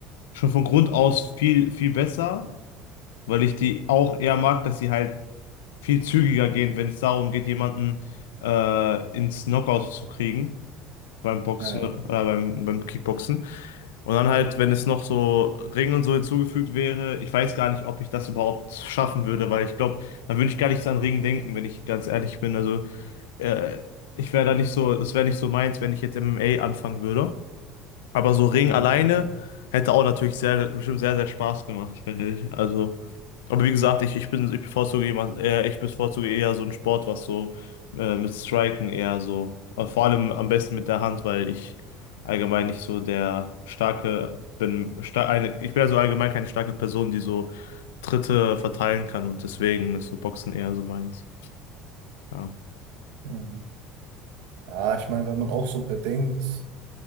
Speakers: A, on the left; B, on the right.
A: schon von Grund aus viel, viel besser, weil ich die auch eher mag, dass sie halt viel zügiger gehen, wenn es darum geht, jemanden äh, ins Knockout zu kriegen. beim Boxen
B: Ja, ja.
A: oder beim, beim Kickboxen. Und dann halt, wenn es noch so Ring und so hinzugefügt wäre, ich weiß gar nicht, ob ich das überhaupt schaffen würde, weil ich glaube, dann würde ich gar nicht so an Ring denken, wenn ich ganz ehrlich bin. Also, äh, ich wäre da nicht so, das wäre nicht so meins, wenn ich jetzt MMA anfangen würde. Aber so Ring
B: Mhm,
A: alleine
B: mhm,
A: hätte auch natürlich sehr, bestimmt sehr, sehr Spaß gemacht, finde ich. Also, aber wie gesagt, ich, ich bin, ich bevorzuge jemand, eher, ich bevorzuge eher so einen Sport, was so äh, mit Striken eher so, äh, vor allem am besten mit der Hand, weil ich allgemein nicht so der starke bin, star eine, ich bin also allgemein keine starke Person, die so Tritte verteilen kann und deswegen ist so Boxen eher so meins. Ja.
B: mhm. Ja, ich meine, wenn man auch so bedenkt,